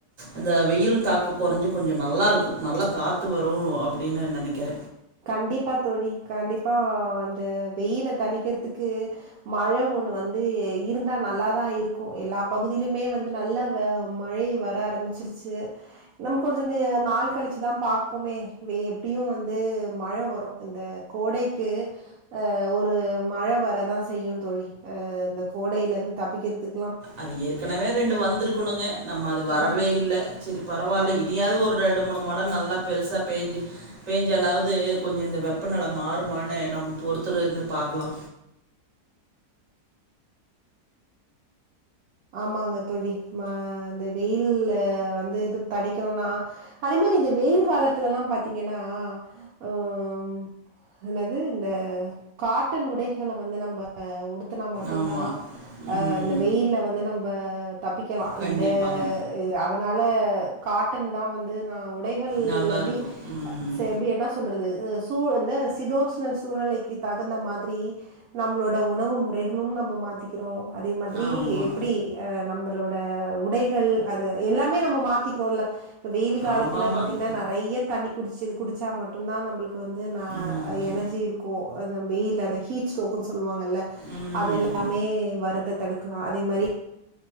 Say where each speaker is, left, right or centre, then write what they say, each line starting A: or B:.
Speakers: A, on the right; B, on the right.
A: இந்த வெயில் தாக்க கொறஞ்சு கொஞ்சு நல்லாருக்கு நல்லா காத்து வரு அப் அப்டி நா நெனக்கிற
B: கண்டிப்பா தோழி கண்டிப்பா அந்த வெயில தனிக்கிறதுக்கு மழ ஒண்ணு வந்து இருந்தா நல்லாதா இருக்கு எல்லா பகுதியிலுமே வந்து நல்லா மழை வர ஆரம்பிச்சிருச்சு நம்ம கொஞ்சு நாள் கழிச்சுதா பாப்போமே எப்படியு வந்து மழ வரு இந்த கோடைக்கு ஒரு மழ வரதா செய்யு தோழி இந்த கோடையிலருந்து தப்பிக்கிறதுக்
A: அது ஏற்கனவே ரெண்டு வந்திருக்கணுங்க நம்ம அது வரவே
B: ம்.
A: இல்ல சரி பரவால்ல
B: ஆமா.
A: இனியாவ்து ஒரு ரெண்டு மூணு மழ நல்லா பெருசா பேஞ்சு பேஞ்சாளாவது கொஞ்சொ இந்த வெப்பநெல மாறுமான்னு நம்ம பொறுத்திருந்து பாக்கலா
B: ஆமாங்க தோழி இந்த வெயில்ல வந்து இது தணிக்கணும்னா அதே மாரி இந்த வெயில் காலத்துலல்லா பாத்தீங்கன்னா ம் என்னது இந்த காட்டன் உடைகள வந்து நம்ம உடு னா மட்டுந்தா
A: ஆமா. ம்.
B: இந்த வெயில்ல வந் நம்ப தப்பிக்கலா
A: கண்டிப்பாங்க.
B: இந்த அதனால காட்டன் தா வந்து உடைகள்
A: நல்லாருக்கும்.
B: எப்டி
A: ம்.
B: ச எப்டி என்ன சொல்றது சூ இந்த சிதோஷ்ண சூழ்நெலைக்கு தகுந்த மாத்ரி நம்மளோட உணவு முறை னும் நம்ப மாத்திக்கிறோ அதே மாதிரி
A: ஆமா.
B: அஹ் நம்மளோட உடைகள் அது எல்லாமே நம்ம மாத்திக்கிறோல்ல இப்போ வெயில் காலத்துல
A: ஆமாமாங்க.
B: பாத்தீங்கன்னா நெறைய தண்ணி குடிச்சுது குடிச்சா மட்டுந்தா நம்பளுக்கு வந்து ந
A: ம்.
B: எனர்ஜி இருக்கு அது வெயில் அத ஹீட் ஸ்டோகுன்னு சொல்லுவாங்கல்ல
A: ம்.
B: அது எல்லாமே வரத தடுக்கலா அதே மாரி